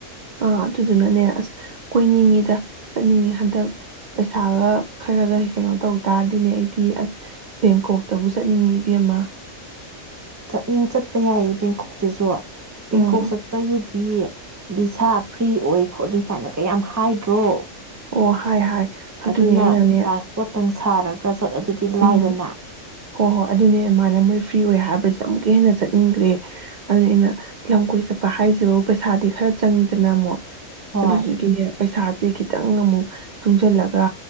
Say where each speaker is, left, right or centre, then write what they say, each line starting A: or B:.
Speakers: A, on the right (about 85°); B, on the right (about 20°).
A: ꯑꯥ ꯑꯗꯨꯗꯨꯅꯅꯦ ꯑꯁ ꯀꯣꯏꯅꯤꯡꯉꯤꯗ ꯆꯠꯅꯤꯡꯉꯤ ꯍꯟꯗꯛ ꯄꯩꯁꯥꯒ ꯈꯔꯒ ꯀꯩꯅꯣ ꯇꯧ ꯇꯔꯗꯤꯅꯦ ꯑꯩꯗꯤ ꯑꯁ ꯕꯦꯡꯀꯣꯛꯇꯕꯨ ꯆꯠꯅꯤꯡꯉꯤ ꯏꯕꯃ
B: ꯆꯠꯅꯤꯡ ꯆꯠꯄ ꯌꯥꯏꯌꯦ ꯕꯦꯡꯀꯣꯛꯁꯤꯁꯨ ꯄ
A: ꯎꯝ
B: ꯀꯣꯛꯁꯄ ꯗꯤ ꯚꯚꯤꯁꯥ ꯐ꯭ꯔꯤ ꯑꯣꯏ ꯈꯣꯠꯂꯤ ꯀꯥꯏꯅꯒꯌꯥꯝ ꯍꯥꯏꯗ꯭ꯔꯣ
A: ꯑꯣ ꯍꯥꯏ ꯍꯥꯏ ꯑꯗꯨꯅꯦ
B: ꯑꯗꯨꯅ
A: ꯑꯩꯅꯅꯦ
B: ꯄꯥꯁꯄꯣꯠꯇꯪ ꯁꯥꯔꯒ ꯆꯣꯠ ꯑꯗꯨꯗꯤ ꯂꯥꯏꯗꯅ
A: ꯎꯝ ꯍꯣꯏ ꯍꯣꯏ ꯑꯗꯨꯅꯦ ꯃꯥꯅ ꯃꯣꯏ ꯐ꯭ꯔꯤ ꯑꯣꯏ ꯍꯥꯏꯕꯁ ꯑꯃꯨꯛꯀ ꯍꯦꯟꯅ ꯆꯠꯅꯤꯡꯈ꯭ꯔꯦ ꯑꯗꯨꯅ ꯑꯩꯅ ꯂꯝ ꯀꯣꯏ ꯆꯠꯄ ꯍꯥꯏꯁꯤ ꯄꯩꯁꯥꯗꯤ ꯈꯔ ꯆꯪꯉꯤꯗꯅ ꯑꯃꯨꯛ
B: ꯍꯣꯏ
A: ꯑꯗꯨꯗꯨꯒꯤꯅꯦ ꯄꯩꯁꯥꯁꯦ ꯈꯤꯇ ꯈꯤꯇꯪ ꯑꯃꯨꯛ ꯇꯨꯡꯁꯤꯜꯂꯒ